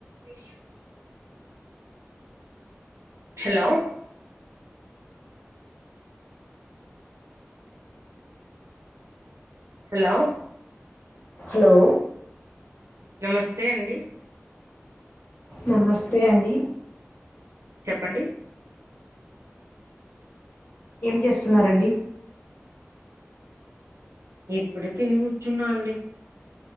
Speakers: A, on the right; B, on the left.
A: విష hello hello
B: hello
A: నమస్తే అండి.
B: నమస్తే అండి.
A: చెప్పండి
B: ఏం చేస్తున్నారండి?
A: ఇప్పుడే తిని కూర్చున్నా అండి.